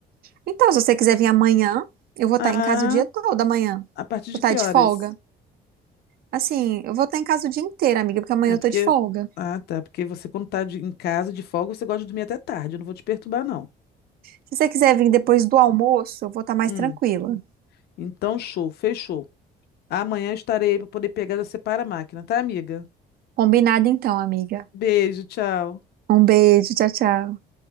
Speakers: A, on the right; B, on the left.
A: Então, se você quiser vir amanhã, eu vou estar
B: Ah,
A: em casa o dia todo amanhã.
B: a partir
A: Vou
B: de
A: estar
B: que
A: de
B: horas?
A: folga. Assim, eu vou estar em casa o dia inteiro, amiga, porque amanhã
B: É
A: eu
B: porque.
A: tô de folga.
B: Ah, tá. Porque você, quando tá de- em casa de folga, você gosta de dormir até tarde. Eu não vou te perturbar, não.
A: Se você quiser vir depois do almoço, eu vou estar mais
B: Hum.
A: tranquila.
B: Então, show, fechou. Amanhã eu estarei aí para poder pegar e já separa a máquina, tá, amiga?
A: Combinado então, amiga.
B: Beijo, tchau.
A: Um beijo, tchau, tchau.